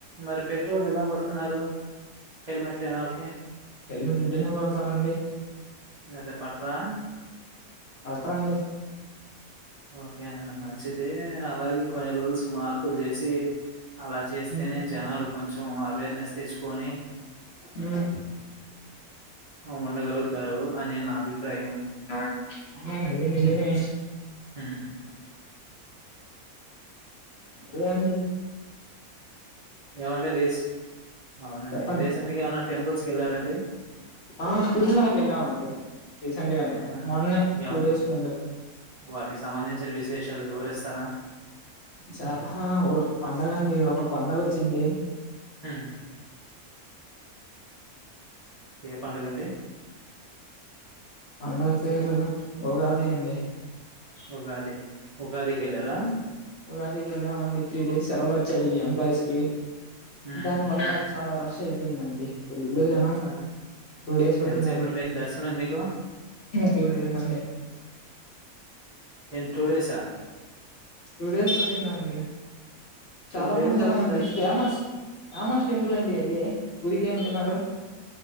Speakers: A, on the right; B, on the left.
A: మరి పెట్రోల్ ఎలా పడుతున్నారు హెల్మెట్లునాళ్కి
B: హెలిమిట్ ఉంటేనే కొడతారంండి
A: అయితే పాట్రా
B: కొట్టరండి
A: ఓకేనండి మంచిది అలాగే కొన్ని రూల్స్ మార్పులు చేసి అలా చేస్తేనే
B: ఉమ్
A: జనాలు కొంచెం అవేర్నెస్ తెచ్చుకొని
B: ఉమ్
A: అ ఉండగలుగుతారు అని నా అభిప అిప్రాయం
B: అ అదే నిజేమే
A: హ్మ్
B: అది కాండి
A: ఏమండి రేస్ అవునండి
B: చెప్పండి
A: రీసెంట్ గా ఏమనా టెంపుల్స్ క వెళ్లారంండి
B: ఆ తిరుమలకి వెళ్ళామండి రీసెంట్ గానే
A: ఆ
B: మొన్నే
A: యా
B: టూ డేస్ ముందు
A: వాటికి సంబంధించిన విశేషాలు వివరిస్తారా
B: చాలా ఒక పండగ అండి ఒక పండగ వచ్చింది
A: హ్మ్ ఏ పండుగ అండి
B: పండగ పేరు ఉగాది అండి
A: ఉగాది ఉగాదికి వెళ్ళారా
B: ఉగాదికి వెళ్ళాం అండి త్రీ డేస్ సేలవాళ్ళు వచ్చాయి ఎంప్లాయీస్ కి
A: హ్మ్
B: దాని వళ చాలా రష్ అయిపోయిందండి ఫుల్ జనం
A: ఆ
B: టూ డేర్స్ పట్టిందండి
A: ఎంతసేపట్లో అయింది దర్శనం మీకు
B: టూ డేస్ అండి
A: డసా
B: టూ డేస్ పట్టిందండి
A: టూ
B: చాలా
A: డేస్
B: మంది జనం
A: వరకు
B: అండి ఫేమస్ ఫేమస్ టెంపుల్ అండి అది ఊరికే అనుకున్నారు